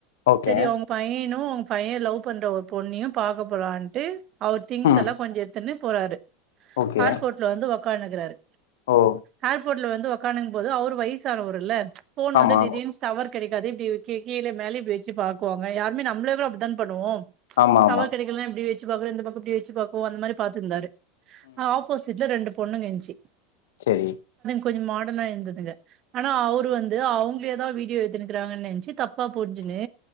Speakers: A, on the left; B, on the right.
A: ஓகே
B: செரி அவங்க பையெனு பையெ லவ் பண்ற ஒரு பொண்ணயு பாக்க போலான்ட்டு அவர் திங்ஸ்
A: ம்
B: எல்லா கொஞ்சொ எடுத்துன்னு போறாரு
A: ஓகே
B: ஹேர்போட்ல வந்து உக்காந்துக்குறாரு
A: ஓ
B: ஹேர்போட்ல வந்து உக்காந்க்கும் போது அவரு வைஸ் சானவருல போன் வந்தா
A: ஆமா
B: திடீன் ஸ்டவர் கெடைக்காது இப்டி கி கீழ மேலே இப்டி வெச்சி பாக்குவாங்க யாருமே நம்ளேவு அப்டிதான் பண்ணுவோ
A: ஆமா ஆமா
B: டவர் கெடைக்கலனா இப்டீ வெச் சி பாக்றெ இந்த பக்கொ இப்டி வச்சி பாப்போ அந்த மாரி பாத்துர்ந்தாரு அ ஆப்போசிட்ல ரெண்டு பொண்ணுங்க இருந்ச்சி
A: செரி
B: கொஞ்ச மாடனா இருந்ததுங்க ஆனா அவரு வந்து அவுங்ல்யேதா வீடியோ எடுத்துனு திருவாங்கனு நென்ச்சி தப்பா புரிஞ்சின்னு